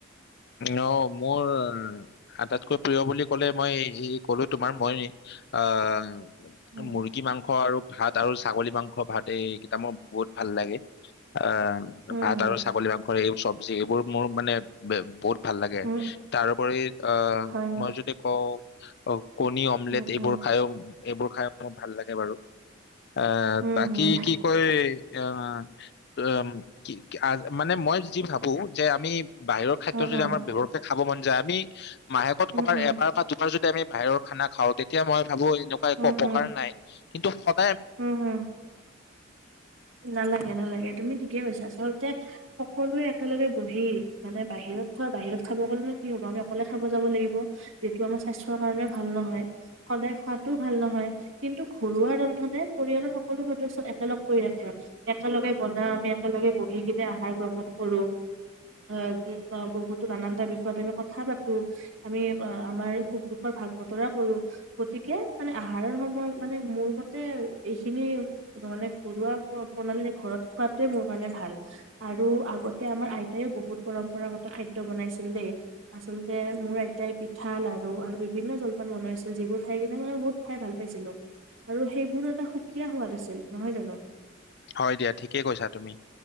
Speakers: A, on the left; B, on the right.
A: অ মোৰ আটাইতকৈ প্ৰিয় বুলি ক'লে মই ক'লো তোমাৰ মই আহ
B: উম
A: মুৰ্গী মাংস আৰু ভাত আৰু ছাগলী মাংস ভাত এইকেইটা মোৰ বহুত ভাল লাগে অ
B: হুম
A: ভাত আৰু ছাগলী মাংস এইবোৰ চব্জি এইবোৰ মোৰ মানে বহুত ভাল লাগে
B: উম
A: তাৰোপৰি আহ
B: হয় নি
A: মই যদি কওঁ অ কণী অমলেট
B: উম
A: এইবোৰ
B: উম
A: খায়ও এইবোৰ খাই মোৰ ভাল লাগে বাৰু আহ
B: উম
A: তাকি
B: হুম
A: কি কৰে অ ত কি মানে মই যি ভাবো যে আমি বাহ খাদ্য
B: অ
A: যদি
B: অ
A: আমাৰ দেহতে খাব মন যায় আমি মাহেকত
B: উম
A: ক'ৰবাত
B: উম
A: এবাৰ বা দুবাৰ যদি।। যেতিয়া আমি বাহিৰৰ খানা খাওঁ তেতিয়া মই।। খাব এনেকুৱা একো
B: উম
A: অপকাৰ
B: উম
A: নাই। কিন্তু সদ।
B: উম হম নালাগে নালাগে তুমি ঠিকেই কৈছা। আচলতে।। সকলোৱে একেলগে বহি মানে বাহিৰত খোৱা বাহিৰত খাব গলে নে কি হ'ব। আমি অকলে খাব যাব লাগিব। যিটো আমাৰ স্বাস্থ্যৰ কাৰণেও ভাল নহয়। সদায় খোৱাতটোও ভাল নহয়। কিন্তু ঘৰুৱা ৰন্ধা।। সিহঁতেপৰিয়ালৰ সকলো সদস্য একেলগ কৰি ৰাখে। একেলগে বনা আমি একেলগে বহি কিনে আহাৰ গ্ৰহণ কৰো। আহ বহুতো নানানটা বিষয়ত আমি কথা পাতো। আমি আমাৰ সুখ দুখৰ ভাগ বতৰা কৰো। গতিকে মানে আহাৰৰ সময়ত মানে মোৰ মতে।। তে এইখিনি মানে ঘৰুৱা প্ৰণালীৰে ঘৰত খোৱাতোৱে মোৰ কাৰণে ভাল। আৰু আগতে আমাৰ আইতায়ও বহুত পৰম্পৰাগত খাদ্য বনাইছিল দেই। আচলতে মোৰ আইতাই পিঠা, লাৰু আৰু বিভিন্ন জলপান বনাইছিল। যিবোৰ খাই কিনে মানে বহুত খাই ভাল পাইছিলো। আৰু সেইবোৰ এটা সুকীয়া সোৱাদ আছিল। নহয় জানো?
A: হয় দিয়া ঠিকেই কৈছা তুমি।